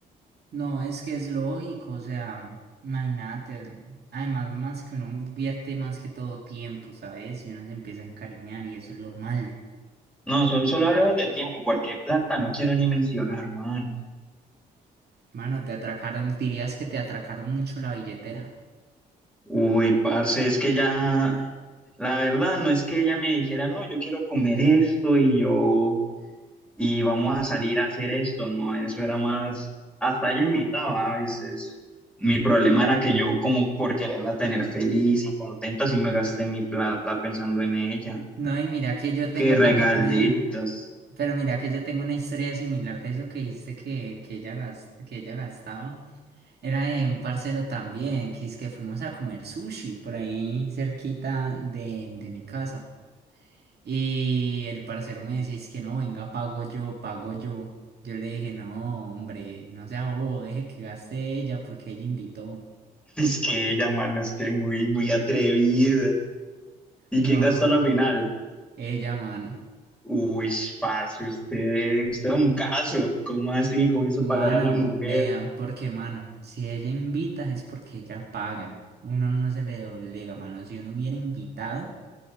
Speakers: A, on the right (about 50°); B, in the centre.
A: No, es que es lógico, o sea, imagínate, además más que uno invierte más que todo tiempo, ¿sabes? Y uno se empieza a encariñar y eso es lo malo.
B: No, solo, solo hablemos de tiempo, porque plata no quiero ni mencionar, man.
A: Mano, te atracaron, dirías que te atracaron mucho la billetera.
B: Uy, parce, es que ya, la verdad no es que ella me dijera, no, yo quiero comer esto y yo y vamos a salir a hacer esto, ¿no? Eso era más, hasta ella invitaba a veces. Mi problema era que yo como por quererla tener feliz y contenta, sí me gasté mi plata pensando en ella.
A: No, y mira que yo tengo
B: Qué regalitos.
A: también una,
B: <laughs>
A: pero mira que yo tengo una historia similar de eso que dijiste que, que ella gas- que ella gastaba. Era de un parcero también, que es que fuimos a comer sushi por ahí cerquita de, de mi casa. Y el parcero me decía, es que no, venga, pago yo, pago yo. Yo le dije, no, hombre, no sea bobo, deje que gaste ella porque ella invitó.
B: Es
A: Y,
B: que ella, mano, es que muy, muy atrevida. ¿Y
A: no,
B: quién gastó la final?
A: ella, mano.
B: Uy, parce, usted, usted es un caso. ¿Cómo así? ¿Cómo hizo
A: Mano,
B: pagar a la mujer?
A: vean, porque mano, si ella invita es porque ella paga. Uno no se le doblega, mano. Si uno hubiera invitado,